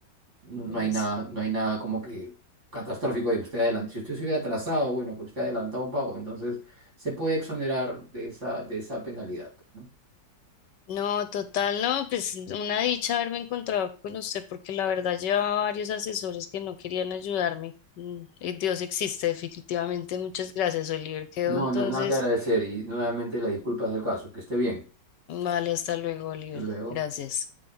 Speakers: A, on the right; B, on the left.
A: no, no hay
B: Es-
A: nada, no hay nada como que catastrófico ahí. Usted adelantó, si usted se hubiera atrasado, bueno, pero usted ha adelantado un pago, entonces se puede exonerar de esa, de esa penalidad, pues, ¿no?
B: No, total, no, pues una dicha haberme encontrado con usted porque la verdad llevaba varios asesores que no querían ayudarme. Mm, y Dios existe, definitivamente. Muchas gracias, Oliver. Quedó
A: No,
B: entonces.
A: no, nada que agradecer y nuevamente las disculpas del caso. Que esté bien.
B: Vale, hasta luego, Oliver.
A: Hasta luego.
B: Gracias.